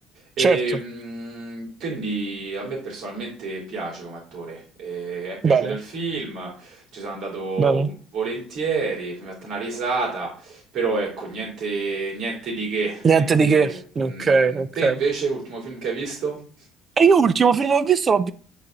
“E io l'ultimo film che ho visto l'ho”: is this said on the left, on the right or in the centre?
Right